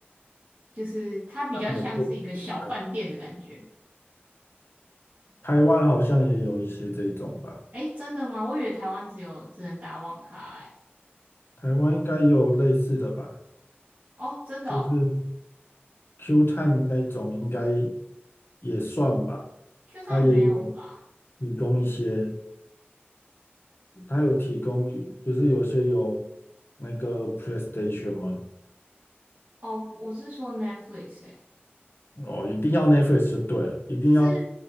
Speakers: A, on the right (about 55°); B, on the left (about 65°).
A: 就是它比较像是一个小饭店的感觉。
B: 有特台台湾好像也有一些这种吧，
A: 哎，真的吗？我以为台湾只有只能打网咖哎。
B: 台湾应该也有类似的吧。
A: 哦，真的哦
B: 就是 Q Time 那种应该也算吧，
A: ，Q 站没有吧？
B: 它也有提供一些，它有提供，不是有些有那个 PlayStation 吗？
A: 哦，我是说 Netflix 哎，
B: 哦，一定要 Netflix 就对了，一定要
A: 就是